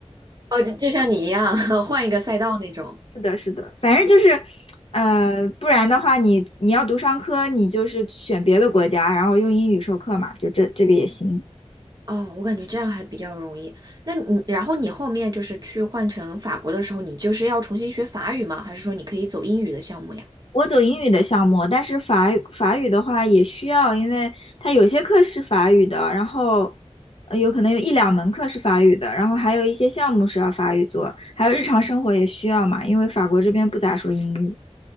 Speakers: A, on the right; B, on the left.
A: 哦，就就像你一样，<laughs> 换一个赛道那种。
B: <laughs> 是的，是的，反正就是。呃，不然的话你，你要读商科，你就是选别的国家，然后用英语授课嘛，就这这个也行。
A: 哦，我感觉这样还比较容易。那你，然后你后面就是去换成法国的时候，你就是要重新学法语吗？还是说你可以走英语的项目呀？
B: 我走英语的项目，但是法语法语的话也需要，因为它有些课是法语的，然后呃有可能有一两门课是法语的，然后还有一些项目是要法语做，还有日常生活也需要嘛，因为法国这边不咋说英语。